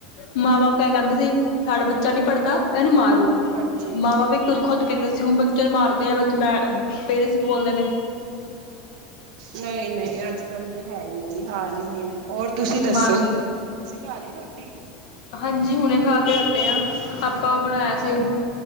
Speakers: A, on the left; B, on the right.
A: ਮਾਂ- ਬਾਪ ਕਹਿ ਕਹਿੰਦੇ ਸੀ ਸਾਡਾ ਬੱਚਾ ਨੀ ਪੜ੍ਹਦਾ ਇਹਨੂੰ ਮਾਰ ਮਾਰੋਂ
B: ਹਾਂਜੀ
A: ਮਾ- ਬਾਪ ਇਕ ਤੋ, ਖੁਦ ਕਹਿੰਦੇ ਸੀ ਹੁਣ ਬੱਚੇ ਨੂੰ ਮਾਰ ਦੇ ਵਿੱਚ ''ਮੈਂ ਪੇਰੇਂਟਸ ਬੋਲਦੇ ਨੇ।
B: ਨਹੀਂ, ਨਹੀਂ ਅੱਜ- ਕੱਲ ਤੇ ਹੈਹੀ, ਨਹੀਂ ਜੀ। ਖਾ ਜਿੰਨੇ ਆ ਹੋਰ ਤੁਸੀਂ ਦੱਸੋ?
A: ਮਾਰਨ
B: ਤੁਸੀਂ ਖਾਲੀ ਰੋਟੀ?
A: ਹਾਂਜੀ, ਹੁਣੇ ਖਾਕੇ ਹਟੇ ਆ ਆਪਾਂ 'ਉਹ ਬਣਾਇਆ
B: ਕੀ ਬਣਾ
A: ਸੀ